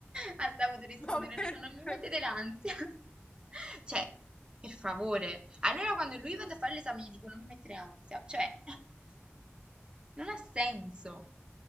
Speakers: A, on the right; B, on the left.
A: Ha saputo rispondere,
B: <laughs> Ma veramente?
A: no, non mi mettete l'ansia. <laughs> Cioè, per favore. Allora quando lui vado a fare l'esame gli dico non mi mettere ansia. Cioè, <laughs> non ha senso,